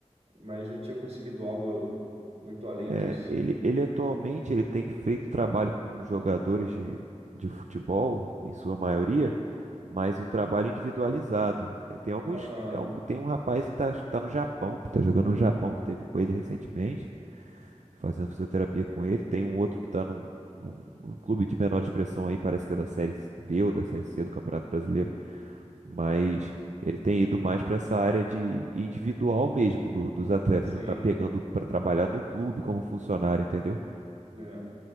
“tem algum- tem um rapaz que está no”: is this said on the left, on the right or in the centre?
Right